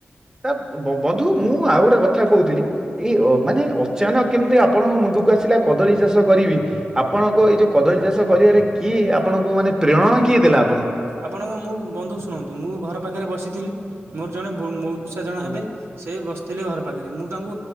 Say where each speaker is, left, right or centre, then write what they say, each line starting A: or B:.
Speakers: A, on the right; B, on the right.
A: ତା ବନ୍ଧୁ ମୁଁ ଆଉ ଗୋଟେ କଥା କହୁଥିଲି ଏଇ ମାନେ ଅଚାନକ କେମିତି ଆପଣଙ୍କ ମୁଣ୍ଡ ଆସିଲା କଦଳୀ ଚାଷ କରିବି ଆପଣଙ୍କ ଏଇ ଯଉ କଦଳୀ ଚାଷ କରିବାରେ କି ଆପଣଙ୍କୁ ମାନେ ପ୍ରେରଣା କିଏ ଦେଇ ଥିଲା।
B: ଆପଣଙ୍କ ମୁଁ ବନ୍ଧୁ ଶୁଣନ୍ତୁ ମୁଁ ଘର ପାଖରେ ବସିଥିଲି ମୋର ଜଣେ ବନ୍ଧୁ ପୁଷା ଜଣ
A: ଆଜ୍ଞା
B: ହେବେ ସେ ବସିଥିଲେ ଘର ପାଖରେ ମୁଁ ତାଙ୍କୁ